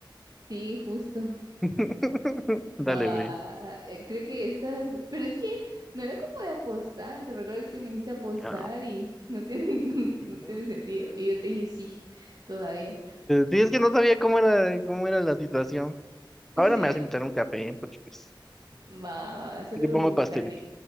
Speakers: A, on the right; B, in the centre.
A: Sí, justo.
B: <laughs> Dale,
A: Va,
B: güey.
A: eh, creo que estas, pero es que no era como de apostar, ¿te recuerdas que me dijiste apostar
B: Ah.
A: y no tiene, <laughs>
B: <laughs>
A: no, no tiene sentido? Y yo te dije sí, todavía.
B: Sí, es que no sabía cómo era, cómo era la situación.
A: Sí,
B: Ahora me vas a invitar a un café, ¿eh? porque pues
A: va, va, solo
B: te pongo
A: porque me
B: pastelito.
A: cae bien.